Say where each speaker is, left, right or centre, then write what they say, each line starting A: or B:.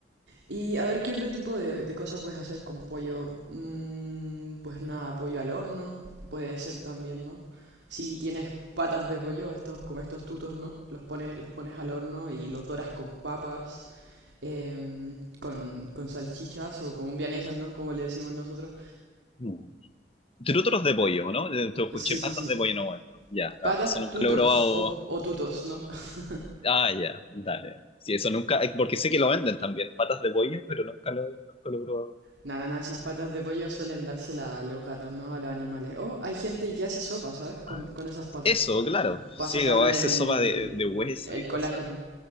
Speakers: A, on the right; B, on the left.
A: Y a ver, ¿qué otro tipo de, de cosas puedes hacer con pollo? Mm, pues nada, pollo al horno, puede ser también, ¿no? Si tienes patas de pollo, estos, como estos tutos, ¿no? Los pones, los pones al horno y los doras con papas, em, con, con salchichas o con vienesas, ¿no? Como le decimos nosotros.
B: Mm. Trútoros de pollo, ¿no? Te te escuché
A: Sí,
B: patas
A: sí, sí.
B: de pollo en un momento. Ya, vale,
A: Patas
B: eso nunca
A: tutros
B: lo he probado.
A: o, o tutos, ¿no? <laughs>
B: Ah, ya, dale. Sí, eso nunca, eh, porque sé que lo venden también, patas de pollo, pero nunca lo, nunca lo he probado.
A: Nada, nada, esas patas de pollo suelen dárselas a los gatos, ¿no? A los animales. O hay gente que hace sopa, ¿sabes? Con,
B: Ah,
A: con esas patas.
B: eso, claro.
A: para
B: Sí,
A: sacarle
B: o a veces
A: el,
B: sopa de, de hueso
A: el
B: y
A: colágeno.
B: cosas.